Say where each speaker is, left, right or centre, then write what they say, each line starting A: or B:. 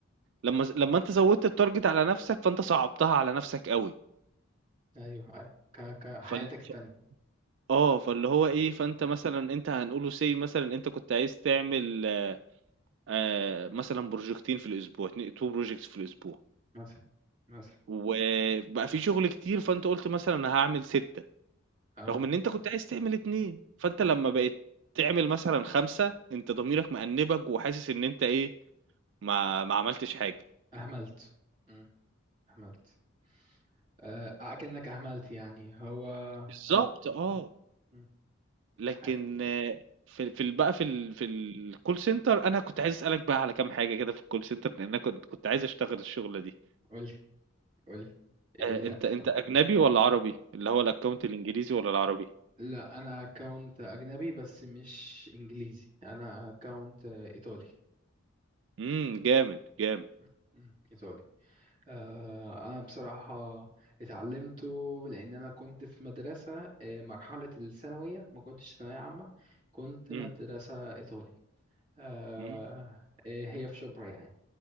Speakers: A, on the right; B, on the right.
A: لمّا ز لمّا أنت زوّدت الtarget على نَفْسك، فأنت صعّبتها على نَفْسك أوي،
B: ايوه ايوه ك... كحياتك
A: فال
B: التانية
A: ف آه، فاللي هو إيه، فأنت مثلًا أنت هنقوله say مثلًا أنت كنت عايز تعمل آآ مثلًا بروجيكتين في الأسبوع، اتن 2 projects في الأسبوع،
B: مثلا مثلا
A: وبقى في شغل كتير، فأنت قُلت مثلًا أنا هاعمل 6
B: اه
A: رغم إن أنت كنت عايز تعمل 2 فأنت لمّا بقيت تعمل مثلًا 5 أنت ضميرك مأنِّبك وحاسس إن أنت إيه ما ما عملتش حاجة.
B: اهملت مم. اهملت آه، اكنك اهملت يعني هو
A: بالضبط
B: أو...
A: آه.
B: مم. مم.
A: لكن
B: حي-
A: آه، في في ال بقى في ال في الcall center أنا كنت عايز أسألك بقى على كام حاجة كده في الcall center لأن أنا كنت كنت عايز أشتغل الشغلة دي.
B: قولي قولي ايه
A: آآ
B: اللي
A: أنت
B: اسفه
A: أنت أجنبي والّا عربي؟ اللي هو الaccount الإنجليزي والّا العربي؟
B: لا انا اكونت اجنبي بس مش انجليزي انا اكونت ايطالي
A: إمم،
B: إيط-
A: جامد، جامد.
B: مم. مم. ايطالي آه، أنا بصراحة اتعلمته لأن أنا كنت في مدرسة آه، مرحلة الثانوية ما كنتش ثانوية عامة كنت
A: إمم،
B: مدرسة إيطالي آه،
A: إمم.
B: آه، هي في شبرا يعني